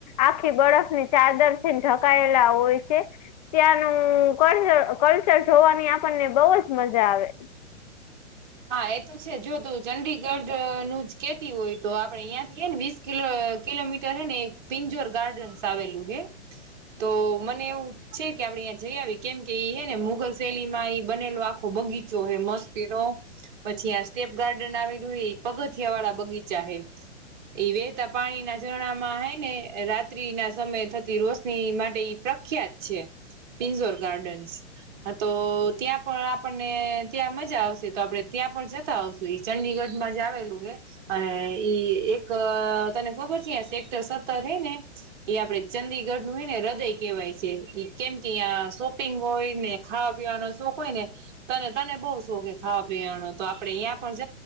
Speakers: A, on the left; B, on the right.
A: આખી બળફ ની ચાદર ઈને ઢકાયેલા હોય છે. ત્યાંનું કર કલ્ચર જોવાની આપણને બહ જ મજા આવે.
B: હા એ તો છે જો તું ચંડીગઢ નું જ કેતી હોય તો આપડે અહંથીએ ને વીસ કિલો કિલોમીટર હે ને એક પિંજોર ગાર્ડન્સ આવેલું હે. તો મને એવું છે કે આપડે અ્યાંયા જઈ આવીએ કેમ કે એઈ હે ને મુઘલ શૈલી બનેલો આખો બગીચો હ મસ્તી ન. પછી આ સ્ટેપ ગાર્ડન આવેલું એ પગથિયા વાળા બગીચા હ. એ વહેહતા પાણી ના ઝરણા માં હાય ને રાત્રિ ના સમયે થતી રોશની માટે પ્રખ્યાત છે. પિંજોર ગાર્ડન્સ, તો ત્યાં પણ આપણને ત્યાં મજા આવશે. તો આપડે ત્યાં પણ જતા આવશું એ ચંડીગઢમાં જ આવેલું હે. અને ઈ એક તને ખબર છે સેક્ટર સત્તર હે ને. એ આપડે ચંદીગઢ નું હોય ને હૃદય કહેવાય છે એ કેમ કે અં શોપિંગ હોય ને. ખાવા પીવાનો શોખ હોય ને, તને તને બહુ શોખ હા પણ તો આપડે અહીં પણ જ